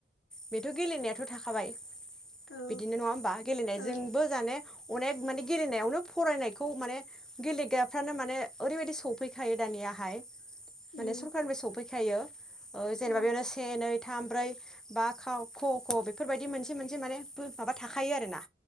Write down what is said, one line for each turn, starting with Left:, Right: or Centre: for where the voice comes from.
Centre: बेथ' गेलेनायाथ' थाखाबाय,
Left: औ
Centre: बिदिनो नङा होमबा गेलेनायजोंबो
Left: औ
Centre: जाने, अनेक मानि गेलेनायावनो फरायनायखौ माने गेलेग्राफ्रानो माने ओरैबायदि सफैखायो दानियाहाय माने
Left: उम
Centre: सरखारनि सौफैय, खायो ओ जेनेबा
Left: औ
Centre: बेयावनो से नै, थाम, ब्रै, बा खाव फौव ख' बेफोरबायदि मोनसे मोनसे माने, माबा थाखायो आरो ना?